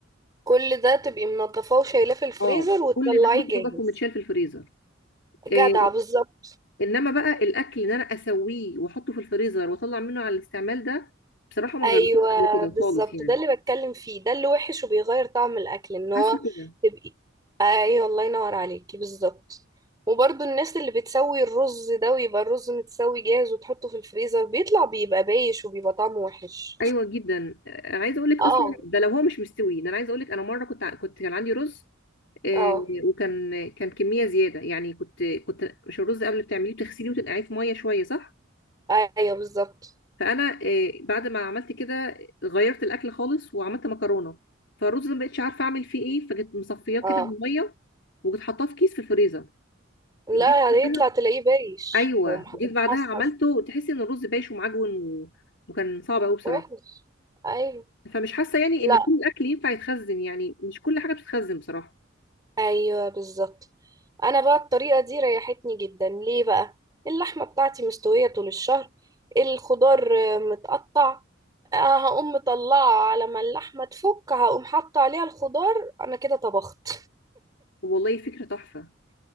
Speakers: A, on the right (about 20°); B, on the left (about 65°).
A: كل ده تبقي منضفاه وشايلاه في الفريزر
B: اه
A: وتطلعيه
B: كل ده متنضف
A: جاهز
B: ومتشال في الفريزر
A: جدع
B: آه،
A: بالظبط
B: انما بقى الاكل ان انا اسويه واحطه في الفريزر واطلع منه على الاستعمال ده بصراحه ما
A: ايوه
B: جربتوش قبل كده
A: بالظبط
B: خالص يعني
A: ده اللي بتكلم فيه ده اللي وحش وبيغير طعم الاكل ان
B: حاسه
A: هو
B: كده
A: تبقي ايوه الله ينور عليكي بالظبط وبرضو الناس اللي بتسوي الرز ده ويبقى الرز متسوي جاهز وتحطه في الفريزر بيطلع بيبقى بايش وبيبقى طعمه وحش
B: ايوه جدا آه، عايزه اقول لك
A: اه
B: اصلا ده لو هو مش مستوي ده انا عايزه اقول لك انا مره كنت ع- كنت كان عندي رز آه،
A: اه
B: وكان كان كميه زياده يعني كنت كنت مش الرز قبل بتعمليه بتغسليه وتنقعيه في ميه شويه صح
A: ايوه بالظبط
B: فانا آه، بعد ما عملت كده غيرت الاكل خالص وعملت مكرونه فالرز ما بقتش عارفه اعمل فيه ايه فجيت مصفياه كده
A: اه
B: من الميه وجيت حطاه في كيس في الفريزر
A: لا
B: جيت
A: يعني
B: بعدها
A: يطلع تلاقيه بايش
B: ايوه
A: ومحصحص
B: جيت بعدها عملته وتحسي ان الرز بايش ومعجون و... وكان صعب قوي بصراحه
A: وحش ايوه
B: فمش حاسه يعني
A: لا
B: ان كل الاكل ينفع يتخزن يعني مش كل حاجه بتتخزن بصراحه
A: ايوه بالظبط انا بقى الطريقه دي ريحتني جدا ليه بقى اللحمه بتاعتي مستويه طول الشهر الخضار آه، متقطع آه، هقوم مطلعه على ما اللحمه تفك هقوم حاطه عليها الخضار انا كده طبخت
B: والله فكره تحفه